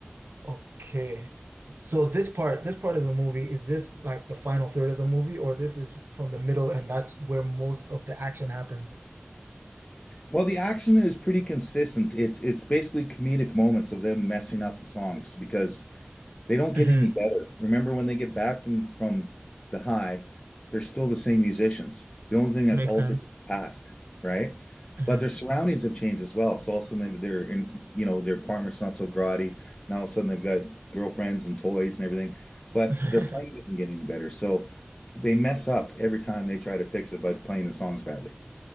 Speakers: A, on the right; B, on the left.
A: Okay. So this part, this part of the movie, is this like the final third of the movie, or this is from the middle and that's where most of the action happens?
B: Well, the action is pretty consistent. It's it's basically comedic moments of them messing up the songs because They don't get
A: hmm
B: any better. Remember when they get back from from the high, they're still the same musicians. The only thing that's
A: Makes
B: altered
A: sense.
B: is the past, right?
A: hmm
B: But their surroundings have changed as well. So all of a sudden they- they're in, you know, their apartment's not so grotty. Now all of a sudden they've got girlfriends and toys and everything, but
A: <laughs>
B: their playing doesn't get any better. So they mess up every time they try to fix it by playing the songs badly.